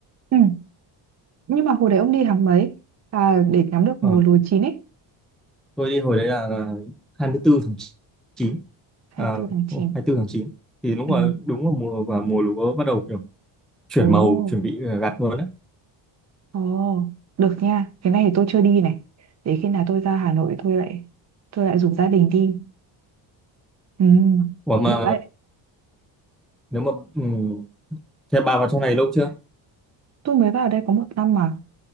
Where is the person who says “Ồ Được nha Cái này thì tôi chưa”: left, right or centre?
Right